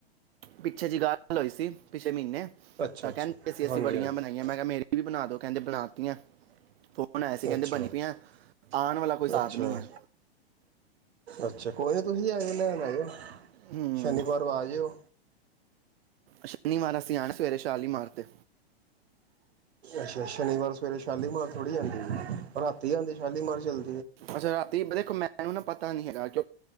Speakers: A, on the right (about 65°); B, on the right (about 80°).
A: ਪਿੱਛੇ ਜਿਹੀ ਗ ਹੋਈ ਸੀ ਪਿਛੇ ਮਹੀਨੇ
B: ਅੱਛਾ
A: ਤਾਂ
B: ਅੱਛਾ
A: ਕਹਿੰਦੇ ਅਸੀਂ ਅਸੀਂ
B: ਹਾਂਜੀ
A: ਬੜੀਆਂ
B: ਹਾਂਜੀ
A: ਬਣਾਈਆਂ ਮੈਂ ਕਿਹਾ ਮੇਰੀ ਵੀ ਬਣਾ ਦਉ ਕਹਿੰਦੇ ਬਣਾਤੀਆਂ ਫੋਨ ਆਇਆ ਸੀ ਕਹਿੰਦੇ
B: ਅੱਛਾ,
A: ਬਣੀ ਪਈਆਂ ਆਉਣ ਵਾਲਾ ਕੋਈ ਹਿਸਾਬ
B: ਅੱਛਾ,
A: ਨਹੀਂ ਹੈ
B: ਅੱਛਾ। ਕੋਈ ਨਹੀਂ ਤੁਸੀਂ ਆਓ ਲੈਣ ਆਓ
A: ਹੂੰ
B: ਸ਼ਨੀਵਾਰ ਆ ਜਿਓ।
A: ਸ਼ਨੀਵਾਰ ਅਸੀਂ ਆਣੇ ਸਵੇਰੇ ਛਾਲੀ ਮਾਰ ਤੇ।
B: ਅੱਛਾ ਸ਼ਨੀਵਾਰ ਸਵੇਰੇ ਸ਼ਾਲੀਮਾਰ ਥੋੜ੍ਹੀ ਆਦੀ ਤੀ ਆਦੇ ਸ਼ਾਲੀਮਾਰਚਲ
A: ਅੱਛਾ। ਰਾਤੀ ਮੈਨੂੰ ਨਾ ਪਤਾ ਪਤਾ ਨਹੀਂ ਹੈਗਾ। ਕਿਉਂ